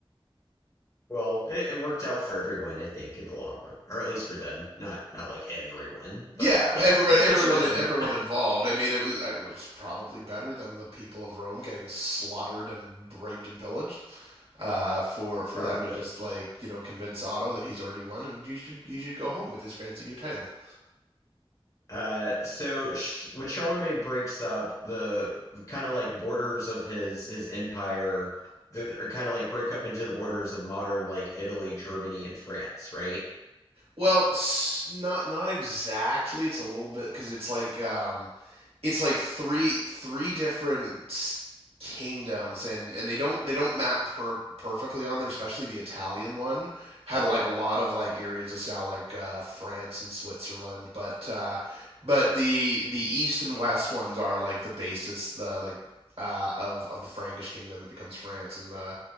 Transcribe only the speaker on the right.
Yeah,
everybody, everyone,
everyone involved. I mean, it was it was probably better than the people of Rome getting slaughtered and raped and pillaged. Uh, for for
them to just like you know convince Otto that he's already won and you should you should go home with his fancy new title.
Well, not not exactly. It's a little bit because it's like um, it's like three three different kingdoms and and they don't they don't map per- perfectly on there especially the italian one had like a lot of like areas just now like uh france and switzerland but uh but the the east and west ones are like the basis the like uh of of the frankish kingdom that becomes france and the